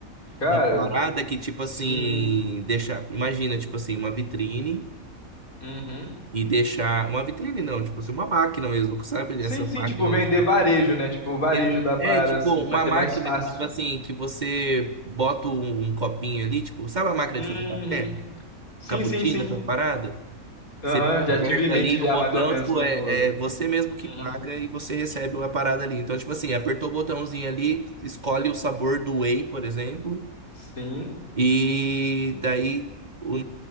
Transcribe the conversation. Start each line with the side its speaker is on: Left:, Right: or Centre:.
Left: Cara,
Right: Uma parada que, tipo
Left: sim.
Right: assim, deixa. Imagina, tipo assim, uma vitrine
Left: Uhum.
Right: e deixar. Uma vitrine não, tipo assim, uma máquina mesmo, sabe?
Left: Sim,
Right: Essas
Left: sim,
Right: máquinas.
Left: tipo, vender varejo, né? Tipo, o varejo
Right: Ex-
Left: da parada
Right: É tipo
Left: assim,
Right: uma
Left: pra ter
Right: máquina
Left: mais fácil.
Right: que, tipo assim, que você bota um um copinho ali, tipo, sabe a máquina
Left: Uhum.
Right: de fazer café?
Left: Sim,
Right: Cappuccino,
Left: sim, sim.
Right: essa parada?
Left: Aham,
Right: Que você
Left: já
Right: aperta
Left: tive em mente
Right: ali
Left: já
Right: o botão,
Left: mais ou menos
Right: tipo,
Left: como.
Right: é, é você mesmo que
Left: Uhum.
Right: paga e você recebe uma parada ali. Então, tipo assim, apertou o botãozinho ali, escolhe o sabor do whey, por exemplo,
Left: Sim,
Right: e daí o,